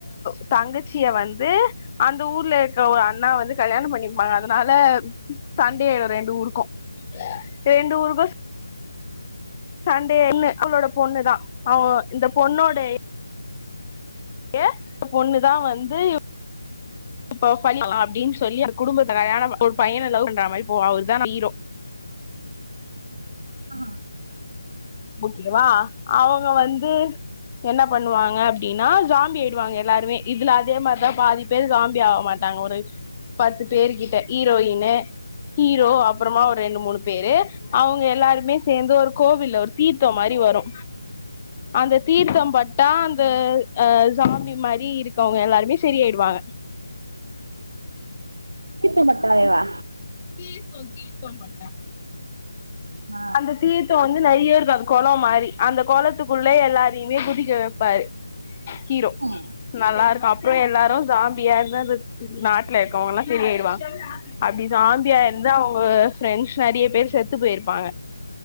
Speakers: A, on the left; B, on the right.
A: ஒ தங்கச்சிய வந்து அந்த ஊர்ல இருகவு ஒரு அண்ணா வந்து கல்யாணம் பண்ணிப்பாங்க அதுனால சண்டை ஆயிடோ ரெண்டு ஊருக்கோ ரெண்டு ஊருக்கோ சண்டேன்னு அவ்ளோட பொண்ணு தா அவ இந்த பொண்ணோடை யே பொண்ணுதா வந்து இப் ப ஃபலி அ ஆ அப்டீன் சொல்லி அந்த குடும்பத்த கல்யாணம் ஒரு பையன லவ் பன்ற மாரி போவு அவுர்தா நம்ம ஹீரோ
B: ஆ
A: ஓகேவா அவுங்க வந்து என்ன பண்ணுவாங்க அப்டினா ஜோம்பி ஆயிடுவாங்க எல்லாருமே இதுல அதே மார்தா பாதி பேர் ஜோம்பி ஆவமாட்டாங்க ஒரு பத்து பேர் கிட்ட ஹீரோயின்னு ஹீரோ அ பறமா ஒர் ரெண்டு மூணு பேரு அவுங்க எல்லாரு மே சேந்து ஒரு கோவில்ல ஒ தீர்த்தொ மாரி வரோ அந்த தீர்த்தம் பட்டா அந்த அ ஜோம்பி மாரி இருக் வுங்க எல்லாருமே செரி ஆயிடுவாங்க
B: தீர்த்தம் பட்டாலேவா
A: தீர்த்தொ தீர்த்தொ பட்டா
B: ஆ
A: அந்த தீர்த்தொ வந் து நெறைய இருக்கோ அது கொளோ மாரி அந்த கொளத்துக்குள்ள எல்லாரியுமே குதிக்க வெப்பாரு ஹீரோ
B: ம்
A: நல்லா இருக்கா அப்றோ எல்லாரு ஜோ பியாயிருந்த அது நாட்ல இருக்கவுங்கள்லா செரியாய்டுவா அப்டி ஜோம்பியா இருந்த அவுங்க ஃப்ரெண்ட்ஸ் நெறைய பேர் செத்து போயிருப்பாங்க